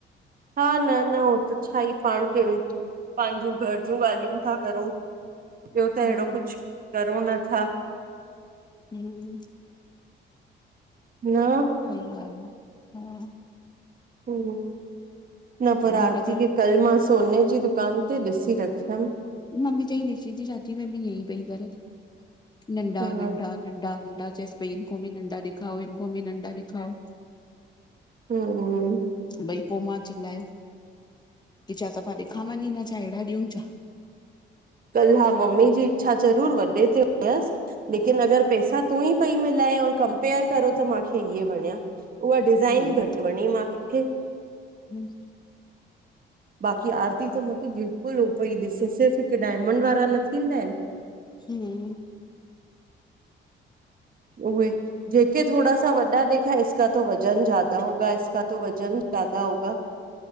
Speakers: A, on the right; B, on the left.
A: हा, न, न हो त छाई पाण के पंहिंजूं घर जूं ॻाल्हियूं था करूं, ॿियो त
B: हम्म
A: अहिड़ो कुझु करूं नथा।
B: हूं
A: न
B: सही ॻाल्हि आ हा
A: हूं, न पर
B: मां
A: आरती
B: क च
A: खे कल मां सोने जी दुकान ते ॾिसी रखियमि।
B: मम्मी चई निशी जी शादी में भी इयं पई करेे नंढा-नंढा
A: हा
B: नंढा-नंढा चैस पयी इन खों भी नंढा ॾेखाओ हिनखों भी नंढा ॾेखाओ
A: हाो ओ ओ-
B: भई पो मां चिलायो, की छा सफ़ा ॾेखां मञी न छा अहिड़ा ॾियूं छा
A: कल् हा मम्मी जी इच्छा ज़रूर वॾे ते हुयसि लेकिन अगरि पैसा तू ई पई मिलाए और कंपेयर करो त माखे इीअ वणिया। उहा डिज़ाइन
B: हम्म।
A: घटि वणी मां खे
B: <inaudible>
A: बाकी आरती त मतब बिल्कुल हो पई ॾिसे सस हीक डायमंड वारा न थींदा आहिनि
B: हम
A: उहे, जेके थोडा़ सा वॾा ॾेखायस इसका तो वज़न ज्यादा होगा, इसका तो वज़न ज्यादा होगा